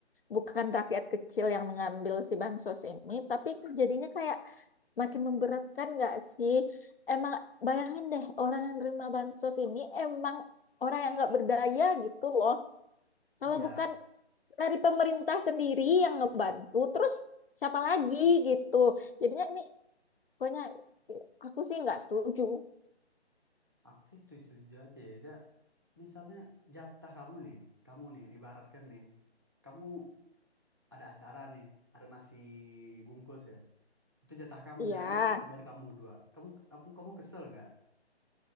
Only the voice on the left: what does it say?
bukan rakyat kecil yang mengambil si bansos ini tapi jadinya kayak makin memberatkan nggak sih emang bayangin deh orang yang nerima bansos ini emang orang yang nggak berdaya gitu loh kalau
bukan dari pemerintah sendiri yang ngebantu terus siapa lagi gitu jadinya ini pokoknya aku sih nggak setuju
ya